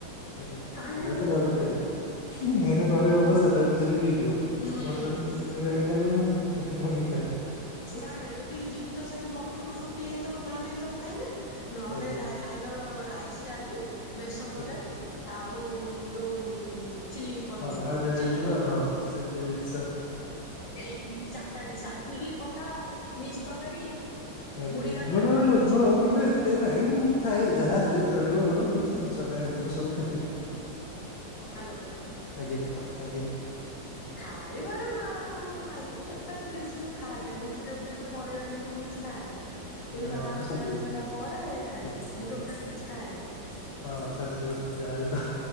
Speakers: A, on the left; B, on the left.
A: ଆଞା
B: ନା ନା
A: ଏଇରା
B: ସେଗୁରା
A: ତ ଘରେ
B: ମୁଁ ଖାଏନି।
A: ଖାଇବି ମୁଁ। ଘରେ ଘରେ ହବ ସାଧା ଭୋଜିରେ ବି ହେଇଯିବ,
B: ହୁଁ
A: ଆଉ ମଟନ୍ ଚିକେନ ଏରା ଖାଇବ ନା ଆଉ। ସେ କଣ ବି ଖାଇବ
B: ନାଇଁ ନାଇଁ ଯଦି କିି ଯିବି ତ, ସେଠି ମଟନ ରୁଟି ହେଇଥିବ ନାନ୍ ହେଇଥିବ ଖାଇବି। ନହେଲେ
A: ଆଜ୍ଞା
B: ଆଇଦର ରାଇସ, ଡାଲି, ବେସନ ତରକାରୀ
A: ଆଜ୍ଞା।
B: ଆଉ ଯୋଉ ଚିଲି ପନିର,
A: ହଁ ଆଉ ଯାହା
B: ଚିଲି
A: ହେଇଥିବ
B: କୋବି
A: ହଁ ସେମିତିଆ ଜିନିଷ।
B: ଏଇ ଚାରିଟା ଡିସ ଆଉ ଖିରି, ଖଟା, ମିକ୍ସ୍ ତରକାରୀ
A: ଆଜ୍ଞା
B: ମୁଢି ଘାଣ୍ଟ
A: ମୋର
B: ଏଗୁରା
A: ଲୋଭ,
B: କିଛି ନୁହଁ।
A: କିନ୍ତୁ ଏତେ ନାଇଁ ମୁଁ ଖାଏ ଯାହା ହେଲେ ଚଳିବ ମୋର। କିଛି ଟେନସନ୍ ନାହିଁ, ଏମିତି ମୁଁ ସବୁ ଖାଇଦେବି।
B: ହ୍ୟାଲୋ।
A: ଆଜ୍ଞା ଆଜ୍ଞା।
B: ଖାଇବାରେ ମା ମାନେ ମାହିର, କେତେ ଜିନିଷ ମୁଁ ଖାଆଇନି ଭେଜିଟେବୁଲ ସେ ପରିବା ଜିନିଷ ମୁଁ କିଛି ଖାଏ ନାହିଁ। ଏଇ
A: ନା
B: ବାହାଘର
A: ନା ମୁଁ ସବୁ
B: ମ୍ୟାରେଜ ହେଲା ପରେ ଖାଇଲି,
A: ଆଜ୍ଞା ଆଜ୍ଞା
B: ମୁଁ ଟୋଟାଲି
A: ଆଜ୍ଞା।
B: କିଛି ଖାଏ ନାହିଁ।
A: ହଁ, ଶାଶୁଘର ତ ଯାହା ହେଲେ